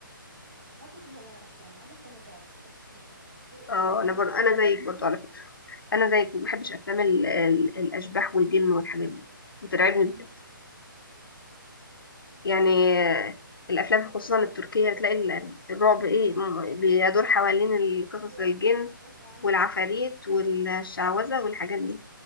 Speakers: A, on the right; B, on the left.
A: بحب كل انواع الافلام ما عدا افلام الرعب ما بحبش اشوفها ليه اخوف
B: اه انا
A: نفسي
B: برضه انا
A: يعني
B: زيك
A: <laughs>
B: برضه على فكره انا زيك ما بحبش افلام ال... ال... الاشباح والجن والحاجات دي بترعبني بجد يعني آه، الافلام خصوصا التركيه بتلاقي ال- الرعب ايه م- بيدور حوالين القصص
A: ايوه
B: الجن
A: بسمع عنهم
B: والعفاريت والشعوذه والحاجات دي